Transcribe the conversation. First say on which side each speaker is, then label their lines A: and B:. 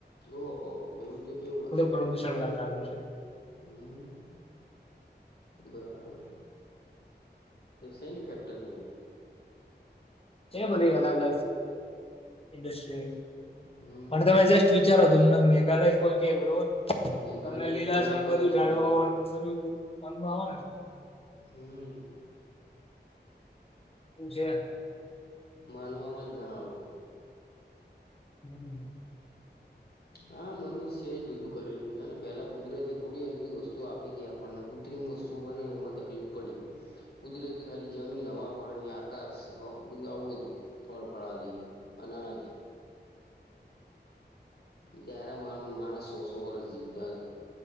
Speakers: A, on the left; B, on the left.
A: ઓહો હો એવું તો કેવું હશે
B: પ્રદુષણ કરનારું છે
A: હમ બરાબર સેની ફેક્ટરી
B: છે અલગ અલગ ઇન્ડસ્ટ્રી
A: હમ
B: પણ તમે જસ્ટ વિચારો તમને મેઘાલય કો કેવરું
A: મેઘાલય
B: તમને લીલાજમ
A: તો માનવામાં
B: બધું
A: જ
B: જાડવાનું
A: ના આવે
B: બધુંનમાં આવે
A: હમ
B: પજ
A: માનવામાં જ ના આવે
B: <inaudible>
A: હા, મનુષ્ય જ બધું કરેલું છેને. પેલા કુદરતે થોડી બધી વસ્તુઓ આપી હતીી આપણને કુ વસ્તુ, બનાવી એમાં તકલીફ પડી કુદરતી ખાલી જમીન, હવા પાણી આકાશ આવું હતુ, ફળ ફળાદી અનાજ ત્યારે મા માણસ, સો સો વર્ષ જીવતા હતા.